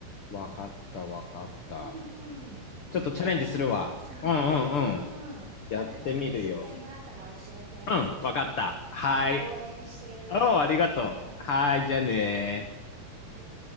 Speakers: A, on the left (about 55°); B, on the right (about 65°).
A: わかった、わかった。
B: うんうん。
A: ちょっとチャレンジするわ。
B: えー、楽しそうじゃん。
A: うんうんうん。
B: うんうんうん。
A: やってみるよ。
B: なんかまた進展があったら教えて。
A: うん、わかった。はい。
B: 応援してる。
A: おお、
B: 頑張ってね。
A: ありがとう。はい、
B: はーい。
A: じゃあね
B: はい。